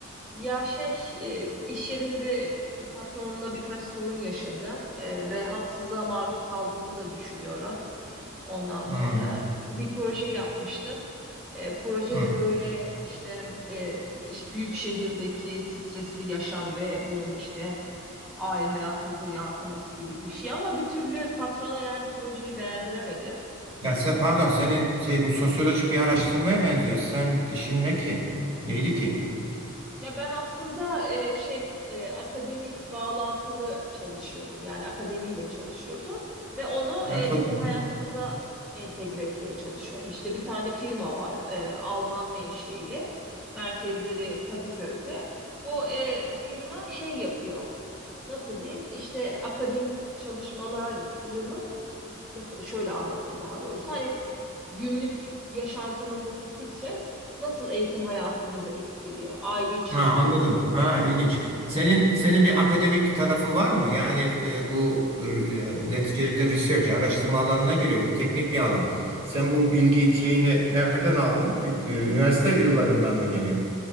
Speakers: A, in the centre; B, on the right.
A: Ya şey, e, iş yerinde patronumla birkaç sorun yaşadım e, ve haksızlığa maruz kaldığımı da düşünüyorum. Ondan sonra
B: Hmm,
A: bir proje yapmıştım. E, projede
B: hmm.
A: böyle işte e, iş- büyük şehirdeki stresli yaşam ve bunun işte aile hayatımıza yansıması gibi bir şey ama bir türlü patrona yani projeyi beğendiremedim.
B: Ya sen pardon senin şey bu sosyolojik bir araştırmaya benziyor. Sen işin ne ki? Neydi ki?
A: Ya ben aslında e, şey e, akademik bağlantılı çalışıyordum. Yani akademiyle çalışıyordum ve onu
B: Ya
A: e,
B: çok
A: bizim
B: iyi.
A: hayatımıza entegre etmeye çalışıyordum. İşte bir tane firma var e, Alman menşeili. Merkezleri Kadıköy'de. Bu e, firma şey yapıyor. nasıl diyeyim işte akademik çalışmalarımız nasıl şöyle anlatayım daha doğrusu hani günlük yaşantımızdaki stres nasıl eğitim hayatımızı etkiliyor aile içindeki
B: Ha, anladım.
A: o stres
B: Ha, ilginç. Senin senin bir akademik tarafın var mı? Yani e, bu e, neticede research, araştırma alanına giriyor. Bu teknik bir alan. Sen bu bilgi şeyini nereden aldın? Yük- e, Üniversite yıllarından mı geliyor?